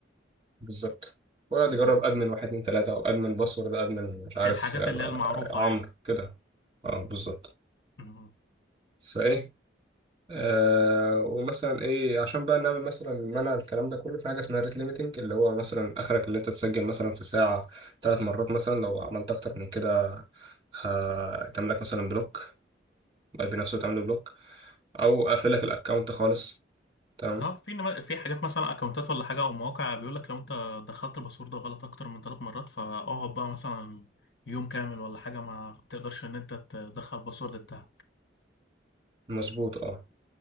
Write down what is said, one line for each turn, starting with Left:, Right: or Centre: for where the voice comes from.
Right: بالظبط ويقعد
Left: <laughs>
Right: يجرب ادمن واحد اتنين تلاته او ادمن باسورد ادمن مش عارف
Left: الحاجات
Right: يعني
Left: اللي هي المعروفة
Right: عمرو
Left: يعني
Right: كده اه بالظبط
Left: مم.
Right: فايه آه ومثلا ايه عشان بقى نعمل مثلا منع الكلام ده كله في حاجه اسمها ريت ليميتنج اللي هو مثلا اخرك اللي انت تسجل مثلا في ساعه ثلاث مرات مثلا لو عملت اكتر من كده هتعمل لك مثلا بلوك اي بي نفسه تعمل بلوك او اقفل لك الاكونت خالص تمام
Left: اه في نما- في حاجات مثلا اكونتات ولا حاجة او مواقع بيقول لك لو انت دخلت الباسورد غلط اكتر من ثلاث مرات فاقعد بقى مثلا يوم كامل ولا حاجة ما تقدرش ان انت تدخل الباسورد بتاعك
Right: مظبوط اه